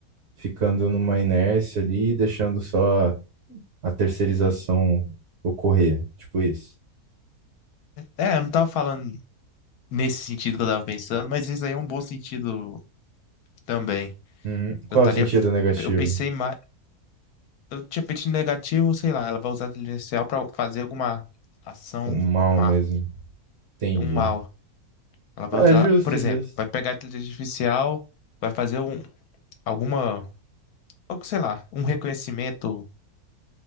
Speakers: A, on the right; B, on the left.
A: ficando numa inércia ali, e deixando só a, a terceirização ocorrer, tipo isso.
B: É, eu não tava falando nesse sentido que eu tava pensando, mas isso aí é um bom sentido também.
A: Uhum. Qual
B: Eu estaria,
A: é o sentido negativo?
B: eu pensei mais, eu tinha pensado negativo, sei lá, ela vai usar a inteligência artificial para fazer alguma ação
A: O mal
B: má,
A: mesmo. Entendi.
B: um mal. Ela vai
A: É
B: usar,
A: justo,
B: por exemplo,
A: justo.
B: vai pegar a inteligência artificial, vai fazer um alguma, algo, sei lá, um reconhecimento.